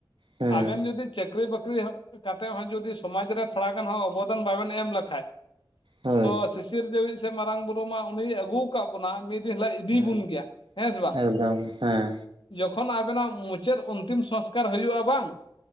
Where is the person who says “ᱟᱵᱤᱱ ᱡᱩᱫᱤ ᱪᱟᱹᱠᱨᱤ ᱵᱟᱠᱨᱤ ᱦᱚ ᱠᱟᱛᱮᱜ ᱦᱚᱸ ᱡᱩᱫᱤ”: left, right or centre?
Left